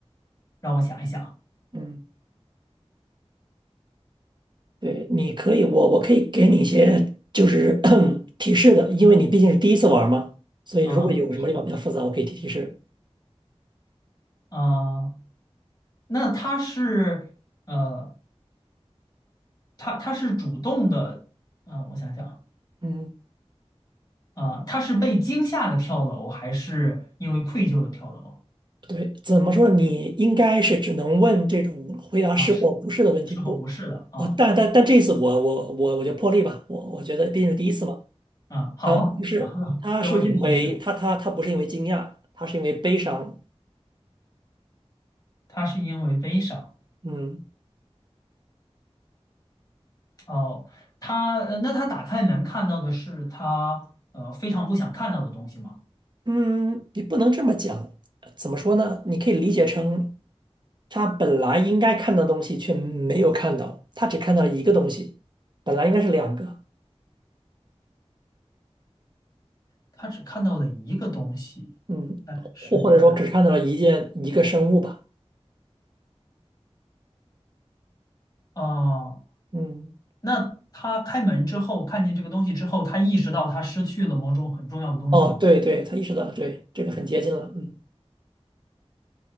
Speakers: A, on the left; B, on the right.
A: 让我想一想。
B: 嗯。对，你可以，我我可以给你一些就是 <coughs> <clears throat> 提示的，因为你毕竟是第一次玩儿嘛，所以如果有什么地方比较复杂，
A: 啊啊，是的
B: 我可以提提示。
A: 啊，那他是呃。他他是主动的，嗯，我想想，
B: 嗯，
A: 啊、他是被惊吓的跳楼，还是因为愧疚的跳楼？
B: 对，怎么说呢你应该是只能问这种回答是或不是的问题，
A: 啊，是是和不是的啊
B: 不，哦，但但但这一次我我我我就破例吧，我我觉得毕竟是第一次嘛，
A: 啊，好啊，
B: 嗯，不是，
A: <laughs>
B: 他是因为他他他不是因为惊讶，
A: 给我点提示，
B: 他是因为悲伤，
A: 他是因为悲伤
B: 嗯。
A: 哦，他呃那他打开门看到的是他呃非常不想看到的东西吗？
B: 嗯，你不能这么讲，呃怎么说呢？你可以理解成，他本来应该看到的东西却没有看到，他只看到了一个东西，本来应该是两个，
A: 他只看到了一个东西，
B: 嗯，
A: 但是本来
B: 或或者说只看到了一件一个生物吧，
A: 哦，
B: 嗯，
A: 那他开门之后看见这个东西之后，他意识到他失去了某种很重要的东西吗？
B: 哦，对对，他意识到了，对，这个很接近了，嗯，